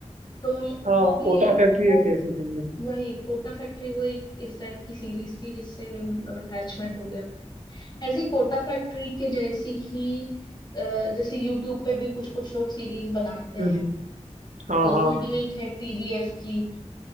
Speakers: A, on the left; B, on the right.
A: तो
B: हाँ
A: वो भी
B: कोटा
A: एक
B: फैक्ट्री
A: वो
B: एक ऐसी थी मेरी
A: वही कोटा फैक्ट्री वो एक इस टाइप की सीरीज थी जिससे मतलब अटैचमेंट हो गया था ऐसी कोटा फैक्ट्री के जैसी ही अ, जैसे यूट्यूब पे भी कुछ कुछ लोग सीरीज बनाते
B: हम्म,
A: हैं
B: हाँ
A: तो उसमें
B: हाँ
A: भी एक है टीवीएफ की